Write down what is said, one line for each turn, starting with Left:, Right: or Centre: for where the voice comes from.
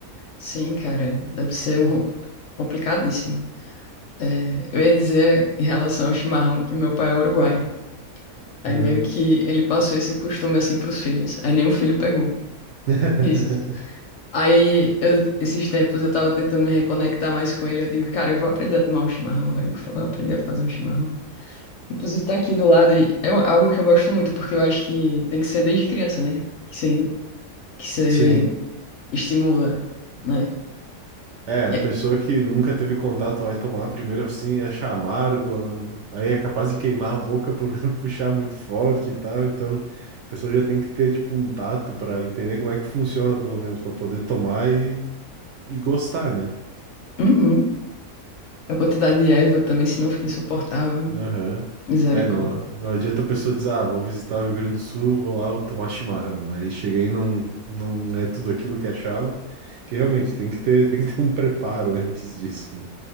Left: Sim, cara. Deve ser um... ro- complicadíssimo. É, eu ia dizer em relação ao chimarrão que meu pai é uruguaio. Aí
Right: Uhum.
Left: meio que ele passou esse costume assim pros filhos. Aí nenhum filho pegou.
Right: <laughs>
Left: Risos. Aí, eu- esses tempos eu tava tentando me reconectar mais com ele. Eu digo, cara, eu vou aprender a tomar um chimarrão, vai. Eu vou vou aprender a fazer um chimarrão. Inclusive, tá aqui do lado. E é um, algo que eu gosto muito, porque eu acho que tem que ser desde criança, né? Que você, que você
Right: Sim.
Left: estimula, né?
Right: É, a
Left: E
Right: pessoa
Left: aí,
Right: que nunca teve contato vai tomar primeiro assim, achar amargo, aí é capaz de queimar a boca por <laughs> puxar muito forte e tal. Então, a pessoa já tem que ter tipo um tato para entender como é que funciona, pelo menos para poder tomar e, e gostar, né?
Left: uhum. A quantidade de erva também, senão fica insuportável.
Right: Aham.
Left: Misericórdia.
Right: É, não, não adianta a pessoa dizer, ah, vou visitar o Rio Grande do Sul, vou lá, vou tomar chimarrão. Aí chega aí e não não é tudo aquilo que achava, que realmente tem que ter tem que ter um preparo <laughs> antes disso, né?